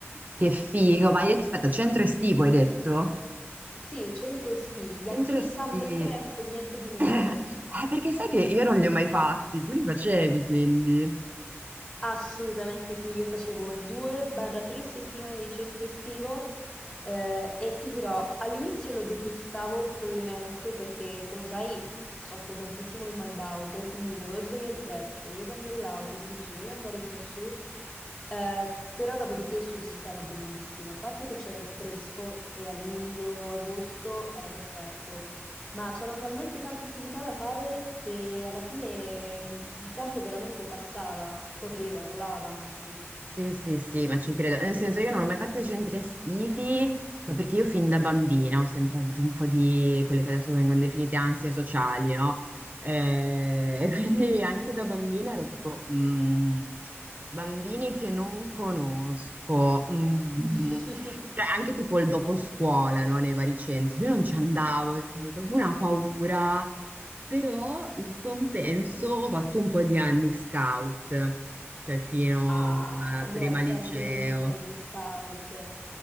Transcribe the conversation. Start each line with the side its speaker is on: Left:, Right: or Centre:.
Right: Che figo, ma hai detto, aspetta, centro estivo hai detto?
Left: Sì, centro estivi, gli Acchini
Right: Centro estivo.
Left: Summer Camp,
Right: <coughs>
Left: niente di meno.
Right: <laughs> Eh, perché sai che io non li ho mai fatti, tu li facevi quindi.
Left: Assolutamente sì, io facevo 2-3 settimane di centro estivo eh, e ti dirò, all'inizio lo detestavo follemente perché, come sai, soffro tantissimo il mal d'auto, quindi mi dovevo svegliare presto, dovevo prendere l'autobus, dovevo andare fino a su, eh, però dopodiché su si stava benissimo, a parte che c'era il fresco e a luglio-agosto era perfetto. Ma c'erano talmente tante attività da fare che alla fine mh, il tempo veramente passava, scorreva, volava, anzi.
Right: Sì, sì, sì, ma ci credo. Nel senso, io non ho mai fatto i centri estivi, ma perché io fin da bambina ho sempre avuto un po' di quelle che adesso vengono definite ansie sociali, no? Eh, <laughs> quindi anche da bambina ero tipo, mm, bambini che non conosco, mm,
Left: <laughs>
Right: cioè anche tipo il dopo scuola, no? Nei vari centri. Io non ci andavo, cioè, avevo proprio una paura, però in compenso ho fatto un po' di anni scout cioè fino
Left: Ah,
Right: a
Left: io
Right: prima
Left: ho sempre
Right: liceo.
Left: voluto fare gli scout.